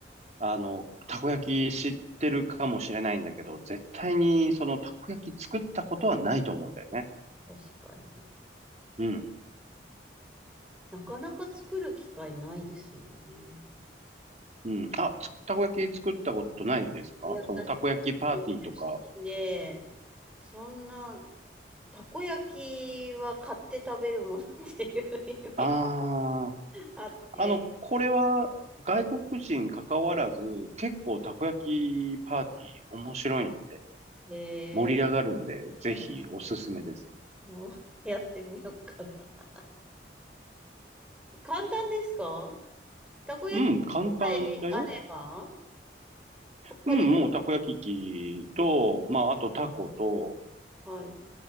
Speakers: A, on the right; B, in the centre.
A: あの、たこ焼き知ってるかもしれないんだけど、絶対にそのたこ焼き作ったことはないと思うんだよね。
B: 確かに。
A: うん。
B: なかなか作る機会ないですもんね。
A: うん。あ、つたこ焼き作ったことないですかそのたこ焼きパーティーとか。
B: いや、私、地方出身で、そんな、たこ焼きは買って食べるものっていうイメージ
A: あ
B: あって、
A: あの、これは外国人関わらず、結構たこ焼きパーティー面白いんで、
B: へえ、
A: 盛り上がるんで、
B: ね、
A: ぜひおすすめです。
B: もうやってみようかな。簡単ですかたこ焼きさえあれば
A: うん、簡単だよ。
B: 他に、
A: うん、もうたこ焼き器と、まあ、あとタコと、
B: はい。